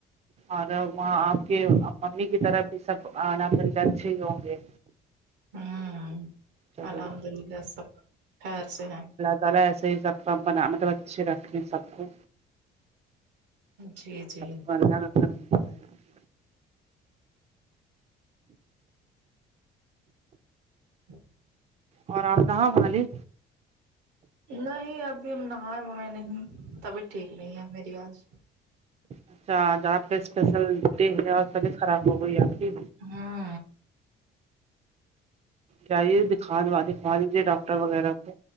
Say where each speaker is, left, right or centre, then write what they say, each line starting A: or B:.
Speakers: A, on the right (about 40°); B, on the right (about 85°).
A: اور وہاں آپ کے ممی کی طرف بھی سب <unintelligible> اچھے ہی ہوں گے
B: ہوں
A: چلو
B: الحمد للہ سب خیر سے ہیں
A: الله تعالی ایسے ہی سب کا بنا مطلب اچھے رکھ سب کو
B: جی جی
A: سب کو اللہ کا کرم بنائے رکھے۔
B: ہ
A: اور آپ نہالی
B: نہیں ابھی ہم نہائے وہائے نہیں طبیعت ٹھیک نہیں ہے میری آج
A: اچھا آج آپ کا اسپیشل ڈے ہے اور طبیعت خراب ہو گئی آپ کی
B: ہاں
A: جائیے دکھوالجیے ڈاکٹر وغیرہ کو